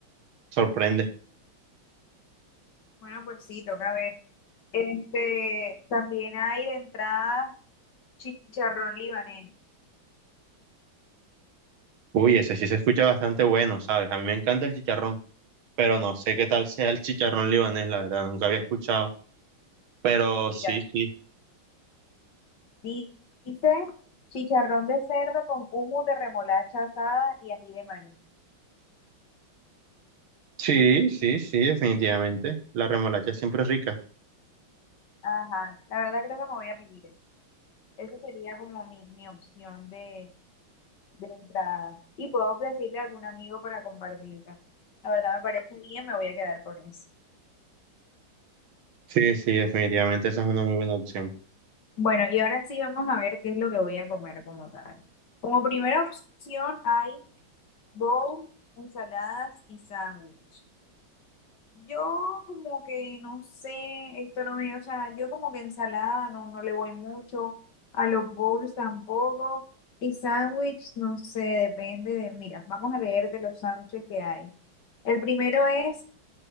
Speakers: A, on the right (about 80°); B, on the left (about 60°).
A: sorprende.
B: Bueno, pues sí, toca ver. Este, también hay de entrada chicharrón libanés.
A: Uy, ese sí se escucha bastante bueno, ¿sabes? A mí me encanta el chicharrón, pero no sé qué tal sea el chicharrón libanés, la verdad, nunca había escuchado. Pero
B: Mira.
A: sí, sí.
B: Di- Dice chicharrón de cerdo con humo de remolacha asada y ají de maní.
A: Sí, sí, sí, definitivamente. La remolacha siempre es rica.
B: Ajá, la verdad creo que me voy a vivir. Eso Eso sería como mi, mi opción de, de entrada. Y puedo decirle a algún amigo para compartirla. La verdad me parece bien, me voy a quedar con eso.
A: Sí, sí, definitivamente esa es una muy buena opción.
B: Bueno, y ahora sí vamos a ver qué es lo que voy a comer como tal. Como primera opción hay bowl, ensaladas y sándwich. Yo como que no sé, esto no me, o sea, yo como que ensalada no, no le voy mucho, a los bowls tampoco, y sándwich, no sé, depende de, mira, vamos a leer de los sándwiches que hay. El primero es,